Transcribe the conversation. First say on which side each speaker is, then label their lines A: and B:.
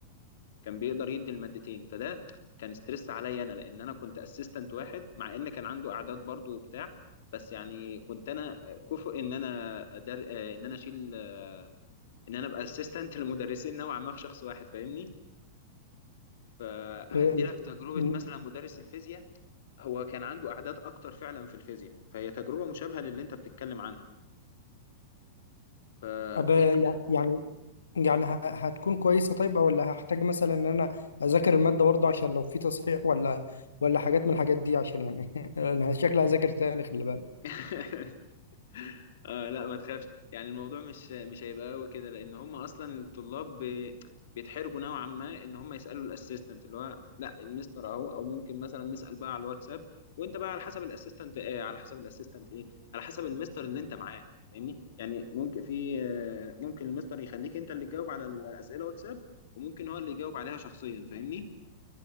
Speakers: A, on the left; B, on the left.
A: كان بيقدر يدي المادتين فده كان ستريس عليا انا لان انا كنت اسيستنت واحد مع ان كان عنده اعداد برضو وبتاع بس يعني كنت انا كفؤ ان انا أدر... آه، ان انا اشيل آه، ان انا ابقى اسيستنت <laughs> لمدرسين نوعا ما في شخص واحد فاهمني فهدي
B: إيه-
A: لك تجربة
B: إيه،
A: مثلا مدرس الفيزياء هو كان عنده أعداد أكتر فعلا في الفيزياء فهي تجربة مشابهة للي أنت بتتكلم عنها فأنت
B: أب يعني يعني يعني ه- هتكون كويسه طيب ولا هحتاج مثلا ان انا اذاكر الماده برضه عشان لو في تصحيح ولا ولا حاجات من الحاجات دي عشان يعني <laughs> انا شكلي هذاكر تاني خلي بالك
A: <laughs> <laughs> آه لا ما تخافش يعني الموضوع مش مش هيبقى قوي كده لان هم اصلا الطلاب بي- بيتحرجوا نوعا ما ان هم يسالوا الاسيستنت اللي هو لا المستر اهو او ممكن مثلا نسال بقى على الواتساب وانت بقى على حسب الاسيستنت ايه على حسب الاسيستنت ايه على حسب المستر اللي انت معاه فاهمني يعني ممكن في آه، ممكن المستر يخليك انت اللي تجاوب على الاسئله واتساب وممكن هو اللي يجاوب عليها شخصيا فاهمني